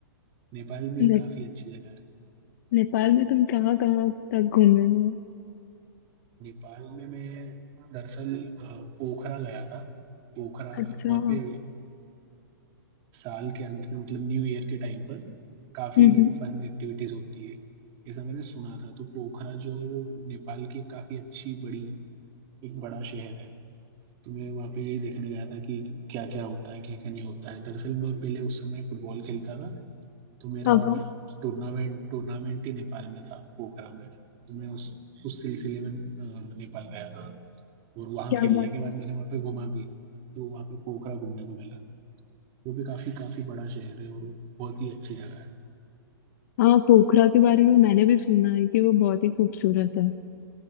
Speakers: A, on the right; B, on the left.
A: नेपाल में
B: ने,
A: काफी अच्छी जगह है
B: नेपाल में तुम कहाँ कहाँ तक घूमे हुए हो?
A: नेपाल में मैं दरअसल अ, पोखरा गया था पोखरा
B: अच्छा
A: वहाँ पे साल के अंत में मतलब न्यू ईयर के टाइम पर काफी
B: हम्म
A: फन एक्टिविटीज होती है ऐसा मैंने सुना था तो पोखरा जो है वो नेपाल की एक काफी अच्छी बड़ी एक बड़ा शहर है तो मैं वहाँ पे यही देखने गया था कि क्या क्या होता है क्या क्या नहीं होता है दरअसल मैं पहले उस समय फुटबॉल खेलता था तो मेरा
B: हाँ हाँ
A: टूर्नामेंट टूर्नामेंट ही नेपाल में था पोखरा में तो मैं उस उस सिलसिले में अ, नेपाल गया था और वहाँ
B: क्या
A: खेलने
B: बात
A: के बाद
B: है
A: मैंने वहाँ पे घूमा भी तो वहाँ पे पोखरा घूमने को मिला वो भी काफी काफी बड़ा शहर है और वो बहुत ही अच्छी जगह है
B: हाँ पोखरा के बारे में मैंने भी सुना है कि वो बहुत ही खूबसूरत है